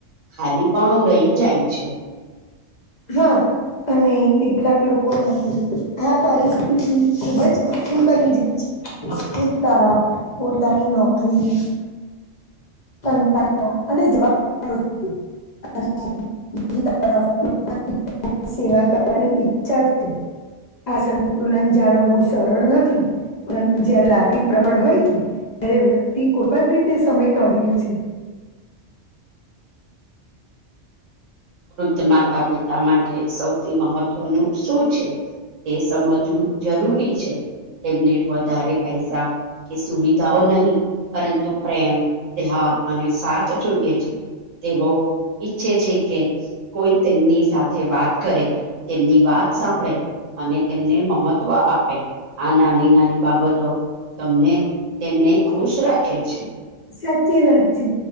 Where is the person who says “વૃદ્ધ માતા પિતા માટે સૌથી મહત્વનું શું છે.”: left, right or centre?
Right